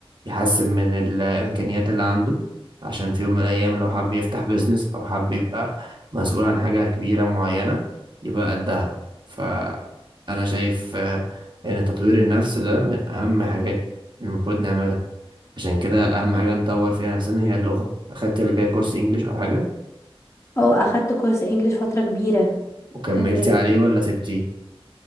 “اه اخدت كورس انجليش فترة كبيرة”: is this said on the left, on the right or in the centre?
Left